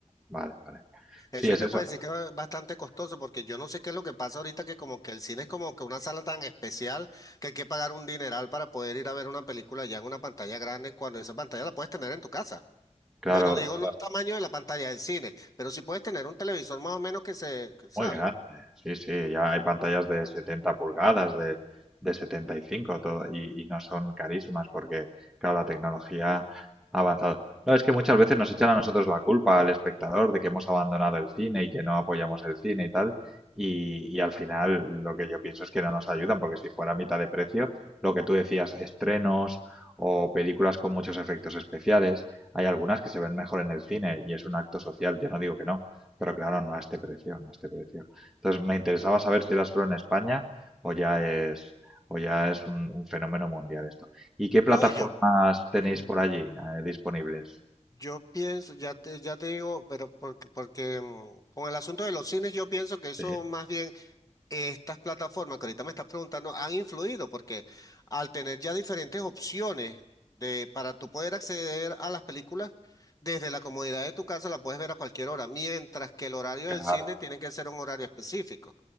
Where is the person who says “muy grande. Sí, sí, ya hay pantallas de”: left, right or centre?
Centre